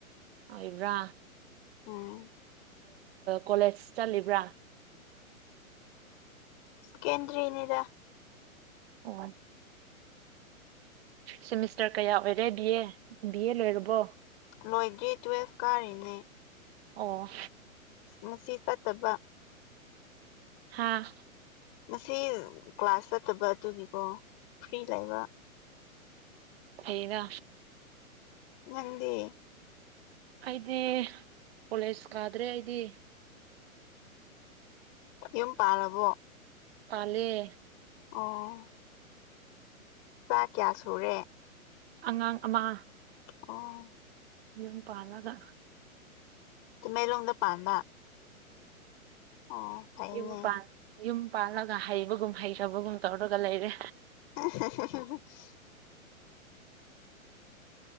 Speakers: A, on the right (about 45°); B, on the left (about 30°).
A: ꯑꯣꯏꯕ꯭ꯔꯥ
B: ꯎꯝ
A: ꯀꯣꯂꯦꯖ ꯆꯠꯂꯤꯕ꯭ꯔꯥ
B: ꯁꯀꯦꯟꯗꯔꯤꯅꯤꯗ
A: ꯍ ꯁꯦꯃꯤꯁꯇꯔ ꯀꯌꯥ ꯑꯣꯏꯔꯦ ꯕꯤ ꯑꯦ ꯕꯤ ꯑꯦ ꯂꯣꯏꯔꯕꯣ
B: ꯂꯣꯏꯗꯦ ꯇꯨꯋꯦꯜꯐ ꯀꯥꯔꯔꯤꯅꯦ
A: ꯑꯣ
B: ꯃꯁꯤꯁꯤ ꯆꯠꯇꯕ
A: ꯍꯥꯥ
B: ꯉꯁꯤ ꯀ꯭ꯂꯥꯁ ꯆꯠꯇꯕ ꯑꯗꯨꯒꯤꯀꯣ ꯐ꯭ꯔꯤ ꯂꯩꯕ
A: ꯀꯗ
B: ꯅꯪꯗꯤ
A: ꯑꯩꯗꯤ ꯀꯣꯂꯦꯖ ꯀꯥꯗ꯭ꯔꯦ ꯑꯩꯗꯤ
B: ꯌꯨꯝ ꯄꯥꯔꯕꯣ
A: ꯄꯂꯦ
B: ꯑꯣ ꯆꯥ ꯀꯌꯥ ꯁꯨꯔꯦ
A: ꯑꯉꯥꯡ ꯑꯃ
B: ꯑꯣ
A: ꯌꯨꯝ ꯄꯥꯜꯂꯒ
B: ꯃꯦꯂꯣꯡꯗ ꯄꯥꯟꯕ ꯑꯣ ꯐꯩꯅꯦ
A: ꯏꯃ ꯄꯥꯟ ꯌꯨꯝ ꯄꯥꯜꯂꯒ ꯍꯩꯕꯒꯨꯝ ꯍꯩꯊꯕꯒꯨꯝ ꯇꯧꯔꯒ ꯂꯩꯔꯦ
B: <unintelligible>